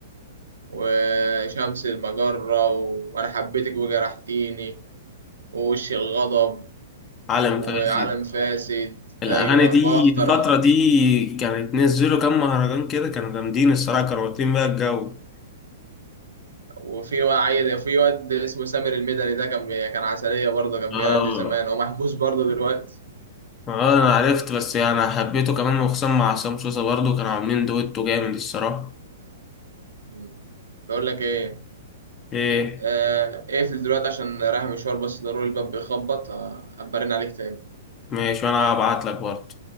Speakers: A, on the right; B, on the left.
A: وشمس المجره و... وانا حبيتك وجرحتيني ووش الغضب
B: عالم
A: وعالم
B: فاسد
A: فاسد
B: الاغاني
A: ايوه
B: دي
A: واخطر
B: الفتره دي كانت نزلوا كام مهرجان كده كانوا جامدين الصراحه كانوا واكلين بقى الجو
A: وفي عيل في واد اسمه سامر المدني ده كان بي... كان عسليه برضه كان
B: اه
A: بيغني زمان هو محبوس برضه دلوقتي
B: اه انا عرفت بس يعني انا حبيته كمان وخصوصا مع عصام سوسة برضو كانوا عاملين دويتو جامد الصراحة
A: مم. بقول لك ايه
B: ايه
A: آه اقفل دلوقتي عشان رايح مشوار بس ضروري الباب بيخبط آه، ابرن عليك تاني
B: ماشي وانا هبعت لك برضو